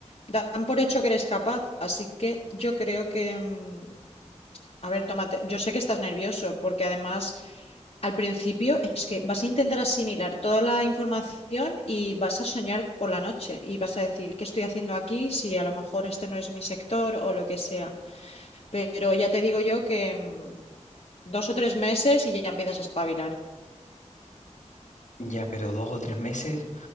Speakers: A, on the left; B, on the left.
A: Dan por hecho que eres capaz, así que yo creo que, mm, A ver, tómate. Yo sé que estás nervioso porque además al principio es que vas a intentar asimilar toda la información y vas a soñar por la noche y vas a decir, ¿qué estoy haciendo aquí? Si a lo mejor este no es mi sector o lo que sea. Pero ya te digo yo que mm, dos o tres meses y ya empiezas a espabilar.
B: Ya, pero dos o tres meses